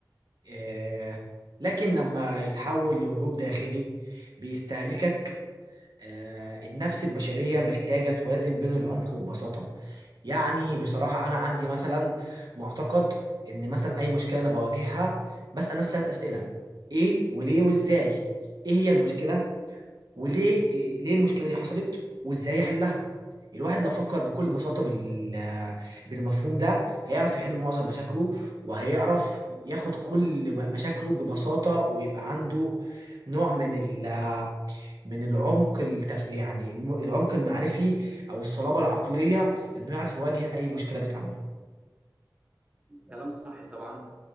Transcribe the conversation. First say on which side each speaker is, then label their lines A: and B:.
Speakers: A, on the right (about 60°); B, on the right (about 20°).
A: آه لكن لما يتحول لهروب داخلي بيستهلكك آه النفس البشرية محتاجة توازن بين العمق والبساطة يعني بصراحة أنا عندي مثلا معتقد إن مثلا أي مشكلة أنا بواجهها بسأل نفسي ثلاث أسئلة إيه وليه وإزاي إيه هي المشكلة وليه إيه- ليه المشكله دي حصلت وازاي يحلها الواحد لو فكر بكل بساطه بال بالمفهوم ده هيعرف يحل معظم مشاكله وهيعرف ياخد كل م- مشاكله ببساطه ويبقى عنده نوع من ال من العمق التف... يعني م- العمق المعرفي او الصلابه العقليه انه يعرف يواجه اي مشكله بتقابله
B: كلام صح طبعا